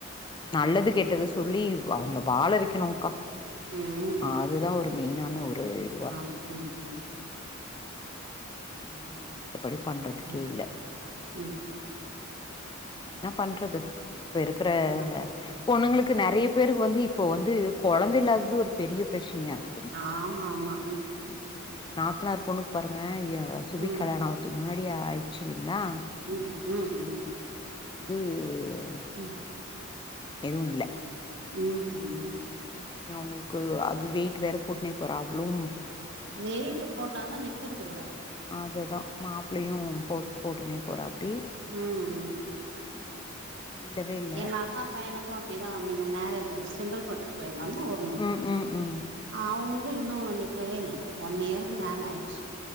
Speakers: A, on the left; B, on the right.
A: நல்லது கெட்டது சொல்லி அவுங்ள வாழ வெக்கணும்கா
B: ம்
A: அதுதா ஒரு மெய்னான ஒரு இ
B: ஆ சேரி சேரி
A: ஒன்னுமே மத்தபடி பண்றதுக்கே
B: ம்
A: இல்ல
B: ம்
A: ம் என்ன பண்றது இப்ப இருக்குற
B: ஆ
A: பொண்ணுங்ளுக்கு நெறய பேருக்கு வந்து இப்ப வந்து கொழந்த இல்லாதது ஒரு பெரிய ப்ரச்னயாருக்கு
B: ஆமா ஆமா
A: ம் எங் நாத்தனார் பொண்ணுக்கு பாருங்க எ சுபி
B: ம்
A: கல்யாண அவர்துக்கு முன்னாடி ஆய்ட்ச்சு இல்லிங்ளா
B: ம் ம் ம்
A: உ யா
B: ம்
A: எதுவு இல்ல
B: இன்னக்கி
A: ம் ம் அவுங்குள்க்கு அது வெய்ட் வேற போட்னே போரா அவ்ளும்
B: வெய்ட்டு போட்டாதா நிக்கறதுல்ல
A: அது தா மாப்ளயு போட் போட்டுனே போறாப்டி
B: ம் ம்
A: ம் இல்லவே இல்ல
B: எங்க அக்கா பையனுக்கும் அப்டிதான் மேரேஜ் ஆச்சு செங்கல்பட்டுக்கு போயிருந்தான் நல்ல ஒரு
A: ம் ம் ம்
B: அவங்களுக்கும் இன்னும் நிக்கவே இல்ல ஒன் இயருக்கு மேல ஆயிடுச்சு